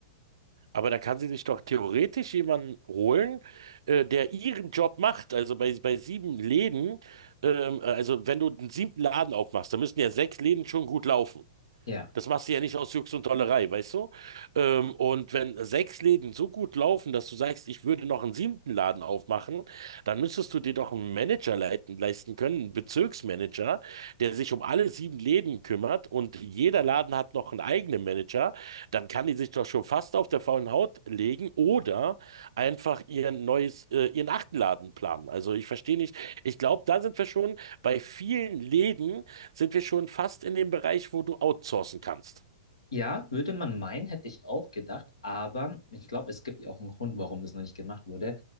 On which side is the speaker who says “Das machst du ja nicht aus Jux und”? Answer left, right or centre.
Right